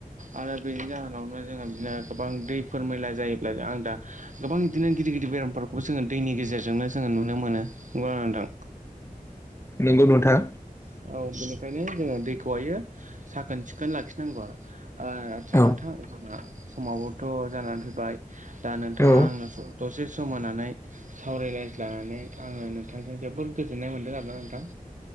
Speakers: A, on the right (about 60°); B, on the left (about 15°).
A: आरो बेनि जाहोनावनो जोङो बिदिनो गोबां दैफोर मैला जायोब्ला आं दा गोबां बिदिनो गिदिर गिदिर बेमारफोरखौबो जोङो दैनि गेजेरजोंनो जोङो नुनो मोनो नंगौ ना नङा नोंथां?
B: नंगौ नोंथां
A: औ बेनिखायनो जोङो दैखौहायो साखोन सिखोन लाखिनांगौ आरो ओ आचसा
B: औ
A: नोंथां जोंना समाबोथ' जानानै फैबाय दा नोंथाङा
B: औ
A: आंनो दसे सम होनानै सावराय लायज्लानानै आङो नों नोंथांजों जोबोद गोजोननाय मोनदों आरोना नोंथां